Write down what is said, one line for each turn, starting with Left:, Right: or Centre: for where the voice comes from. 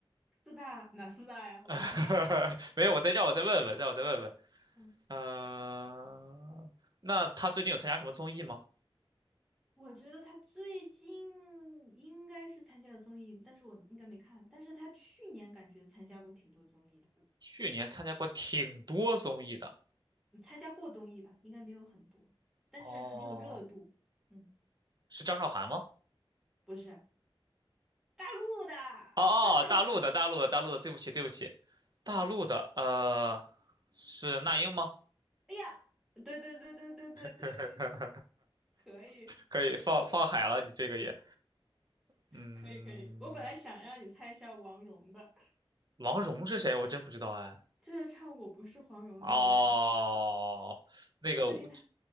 Centre: 四大哪四大呀？我不知道啊。
Right: <laughs> 没有，我再让我再问问，让我再问问。
Centre: 嗯，
Right: 嗯、那她最近有参加什么综艺吗？
Centre: 我觉得她最近应该是参加了综艺，但是我应该没看。但是她去年感觉参加过挺多综艺的。
Right: 去年参加过挺多综艺的。
Centre: 嗯参加过综艺吧，应该没有很多，但是很有热度。
Right: 哦，
Centre: 嗯，
Right: 是张韶涵吗？
Centre: 不是大陆的郑韶涵
Right: 哦哦，大陆的，大陆的，大陆的，对不起，对不起，大陆的，
Centre: 嗯，
Right: 呃，是那英吗？
Centre: 哎呀，对对对对对对对，
Right: <laughs>
Centre: 可以
Right: 可以放放海了，你这个也，嗯，
Centre: 可以可以。我本来想让你猜一下王蓉的，
Right: 王蓉是谁？我真不知道哎。
Centre: 就是唱《我不是黄蓉》那个呀，
Right: 哦，那个我
Centre: 就最近她，